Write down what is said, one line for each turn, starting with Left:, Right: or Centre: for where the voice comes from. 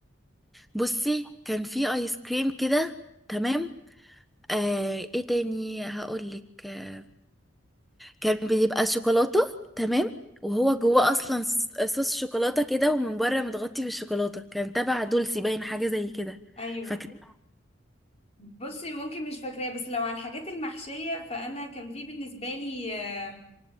Centre: بصي كان في ايس كريم كده تمام آه ايه تاني هقول لك آه، كان بيبقى شوكولاتة تمام وهو جواه اصلا ص- صوص شوكولاتة كده ومن بره متغطي بالشوكولاتة كان تبع دولسي باين حاجة زي كده
Left: ايوه
Centre: فاكرة
Left: بصي ممكن مش فاكراه بس لو على الحاجات المحشية فانا كان في بالنسبة لي آه،